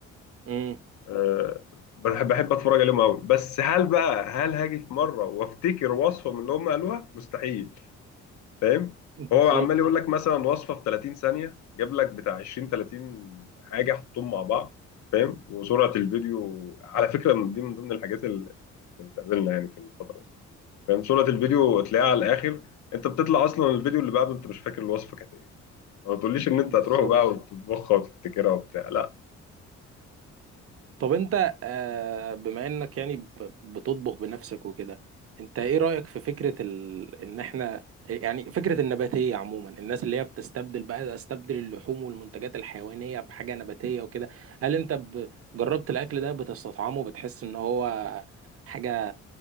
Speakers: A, on the right; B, on the left.
A: مم.
B: آه، بحب بحب اتفرج عليهم قوي بس هل بقى هل هاجي في مره وافتكر وصفه من اللي هم قالوها مستحيل فاهم
A: بالظبط
B: هو عمال يقول لك مثلا وصفه في 30 ثانيه جاب لك بتاع 20 30 حاجه حطهم مع بعض فاهم وسرعه الفيديو على فكره دي من ضمن الحاجات اللي اللي بتقابلنا يعني في الفتره دي فاهم صورة الفيديو تلاقيها على الآخر أنت بتطلع أصلا الفيديو اللي بعده أنت مش فاكر الوصفة كانت إيه ما تقوليش إن أنت
A: بالظبط
B: هتروح بقى وتطبخها وتفتكرها وبتاع لا
A: طب انت آه، بما انك يعني ب- بتطبخ بنفسك وكده انت ايه رأيك في فكرة ال... ان احنا يعني فكرة النباتية عموما الناس اللي هي بتستبدل بقى استبدل اللحوم والمنتجات الحيوانية بحاجة نباتية وكده هل انت ب... جربت الاكل ده بتستطعمه بتحس ان هو حاجة